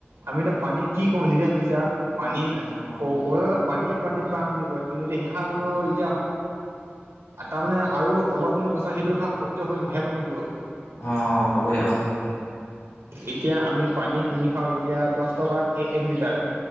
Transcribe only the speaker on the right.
আমি এতিয়া পানী কি কৰো নিদিয় ভাবিছা পানীয়ে
ক ক'বলৈ গ'লে পানীয়ে প্ৰানীৰ প্ৰাণ বুলি কয় কিন্তু এতিয়া সেইহা কো এতিয়া তাৰমানানে আৰু অলপ সময় পাছত সেইটো খ সত্য় হৈ নাাহেব কিন্তু
এতিয়া আমি পানী কিনি খাওঁ এতিয়া দহ টকাত এক লিটাৰ